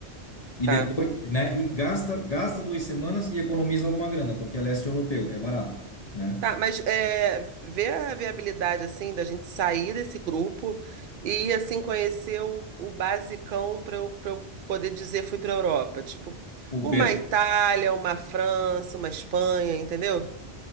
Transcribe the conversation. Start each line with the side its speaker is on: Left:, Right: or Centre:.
Left: E
Right: tá.
Left: depois, né, e gasta, gasta duas semanas e economiza alguma grana, porque é leste europeu, é barato, né?
Right: Tá, mas é, vê a viabilidade, assim, da gente sair desse grupo e, assim, conhecer o, o basicão para eu, pra eu poder dizer fui para Europa. Tipo,
Left: O
Right: uma
Left: Berlim.
Right: Itália, uma França, uma Espanha, entendeu?